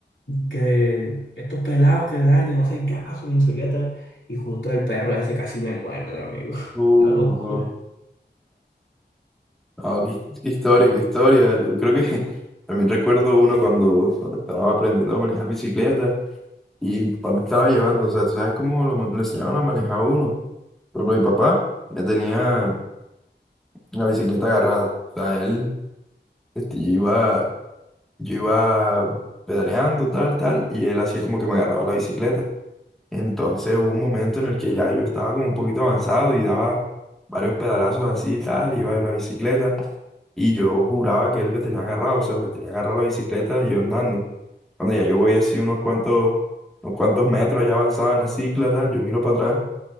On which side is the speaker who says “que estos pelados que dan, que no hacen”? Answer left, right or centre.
Left